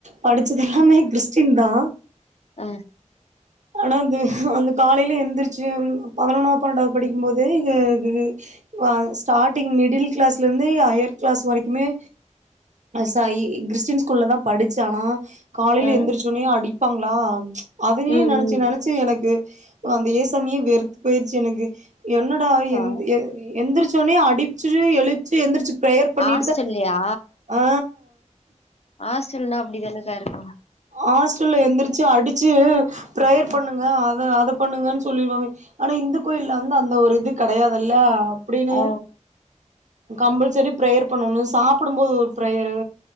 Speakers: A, on the right; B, on the left.
A: படிச்சது எல்லாமே கிறிஸ்டின் தா
B: ஆ
A: ஆனா அந்த அந்த காலைல எந்திரிச்சு பதினொன்னாவ பன்னெண்டாவ படிக்கும் போது எ இது ஸ்டார்டிங் மிடில் கிளாஸ்ல இருந்து ஹையர் கிளாஸ் வரைக்குமே அ ச இ கிறிஸ்டின் ஸ்கூல்ல தா படிச்ச ஆனா காலையில
B: அ
A: எழுந்திரிச்சோடனே அடிப்பாங்களா அதுவே
B: ம்
A: என்னால
B: ம்
A: நினைச்சு எனக்கு அந்த ஏசாமிய வெறுத்து போயிருச்சு எனக்கு என்னடாவ எ
B: ஆ
A: எ எந்திரிச்ச உடனே அடிச்சுட்டு எழுச்சு எந்திரிச்சு பிரேயர் பண்ணிட்டுதா
B: ஹாஸ்டல்லயா
A: ஆ
B: ஆஸ்டல்ன்னா அப்டிதானக்கா இருக்கும்
A: ஹாஸ்டல்ல எந்திரிச்சு அடிச்சு பிரேயர் பண்ணுங்க அத அத பண்ணுங்கன்னு சொல்லிருவாங்க ஆனா இந்து கோயில்ல வந்து அந்த ஒரு இது கிடையாதுல்ல அப்டின்னு
B: ஆ
A: கம்பல்சரி பிரேயர் பண்ணனு சாப்டும்போது ஒரு பிரேயரு